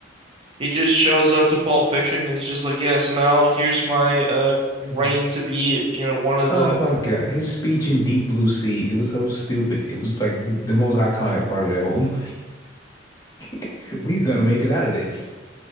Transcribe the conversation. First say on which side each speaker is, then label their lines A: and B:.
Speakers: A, on the right (about 30°); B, on the left (about 20°).
A: He just shows up to Pulp Fiction and he's just like, yeah, so now here's my uh reign
B: <laughs>
A: to be, you know, one of
B: Oh
A: the
B: my God. His speech in Deep Blue Sea, it was so stupid. It was like the most iconic part of that whole movie. <laughs> We're gonna make it out of this.